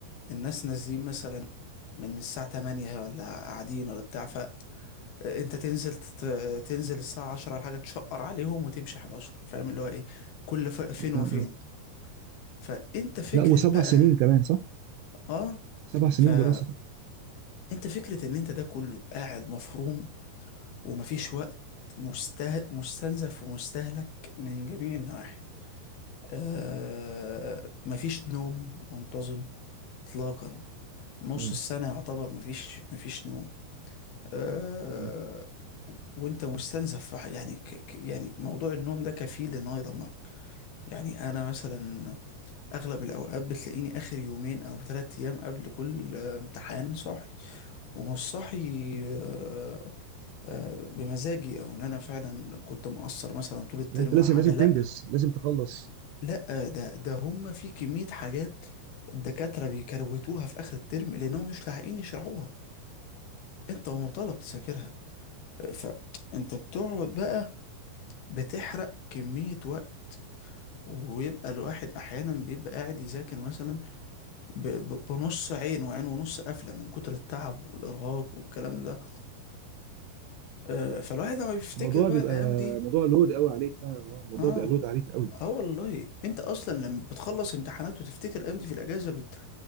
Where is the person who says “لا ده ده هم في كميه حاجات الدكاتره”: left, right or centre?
Left